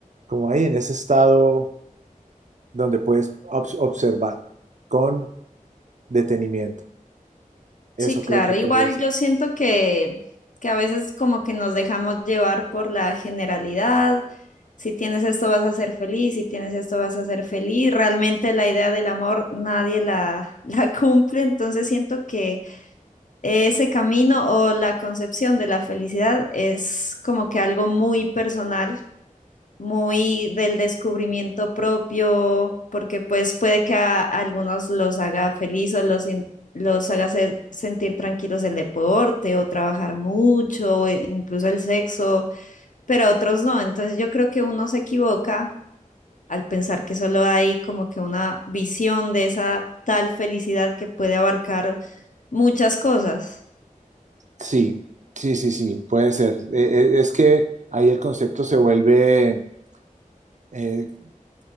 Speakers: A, on the right; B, on the left.
A: como ahí en ese estado donde puedes obs- observar con detenimiento. Eso
B: Sí, claro.
A: creo que podría
B: Igual
A: ser.
B: yo siento que, que a veces como que nos dejamos llevar por la generalidad. Si tienes esto vas a ser feliz, si tienes esto vas a ser feliz. Realmente la idea del amor nadie la, <laughs> la cumple, entonces siento que ese camino o la concepción de la felicidad es como que algo muy personal muy del descubrimiento propio, porque pues puede que a algunos los haga feliz o los, en- los haga se- sentir tranquilos el deporte o trabajar mucho o e- incluso el sexo, pero a otros no. Entonces yo creo que uno se equivoca al pensar que solo hay como que una visión de esa tal felicidad que puede abarcar muchas cosas,
A: Sí, sí, sí, sí, puede ser. Eh, eh, es que ahí el concepto se vuelve, eh,